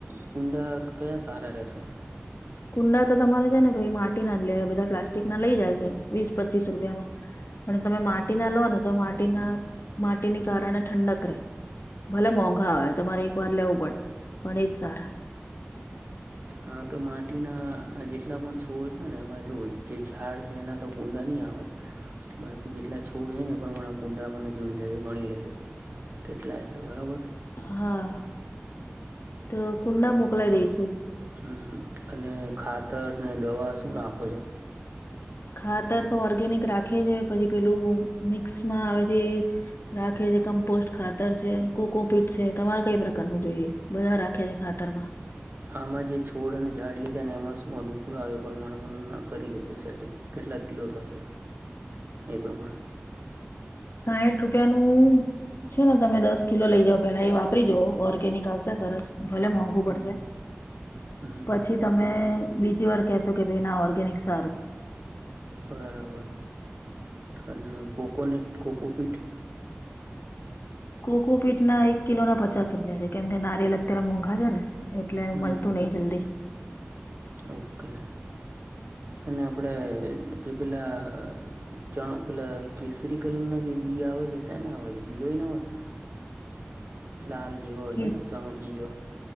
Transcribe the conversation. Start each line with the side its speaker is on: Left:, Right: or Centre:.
Right: કુંડા કયા સારા રશે
Left: કુંડા તો તમારે છે, ને ભ માટી ના જ લેવા બધા પ્લાસ્ટિક ના લઈ જાય છે, વીસ પચીસ રૂપિયામાં પણ તમે માટીના લો ને તો માટીના માટીની કારણે ઠંડક રહે ભલે મોંઘા આવે તમારે એક વાર લેવું પડે પણ એજ સારા
Right: હા તો માટીના જેટલા પણ છોડ છે, ને એ બાજુ જે ઝાડ છે, એના તો ઊંડાનીં આવે બાકી જેટલા છોડ છે, ને એ પ્રમાણે કુંડા મને જોઈ લેજો ગણી લેજો કેટલા તે બરાબર
Left: હા તો કુંડા મોકલાય દઈશુ.
Right: હ અને ખાતરને દવા શું રાખો છો.
Left: ખાતર તો ઓર્ગેનિક રાખે છે, પછી પેલું મિક્સમાં આવે છે. રાખે છે, કમ્પોસ્ટ ખાતર છે, કોકોપીટ છે, તમારે કઈ પ્રકાર ન જોઈએ બધા રાખે છે, ખાતર માં
Right: આમાં જે છોડ અને ઝાડ લીધા ને એમાં શું અનુકૂળ આવ પ્રમાણે મને કરી દેજો સેટિંગ કેટલા કિલો થશે એ પ્રમાણે
Left: સાઠ રૂપિયાનું <unintelligible> છે, ને તમે દસ કિલો લઇ જાવ પેલા એ વાપરી જો ઓર <unintelligible> આવશે સરસ ભલે મોંઘું
Right: હમ
Left: પડશે
Right: હમ
Left: પછી તમે બીજી વાર કેહેશો કે ભાઈ ના ઓર્ગેનિક સારું
Right: બરાબર અને કોકોનટ કોકોપીટ
Left: કોકોપીટ ના એક કિલો ના પચાસ રૂપિયા છે, કેમ કે નારિેલ અત્યારે મોંઘા છે, ને એટલે
Right: હમ
Left: મળતું
Right: હમ
Left: નહિ જલ્દી
Right: ઓકે અને આપણે જે પેલા <unintelligible> કેસરી કલ ના જે બી આવે છે, <unintelligible> આવે છે, ગિલોઈ ના આવેય છે. લાલ જોવા
Left: કે
Right: હય છેને ચલો જવા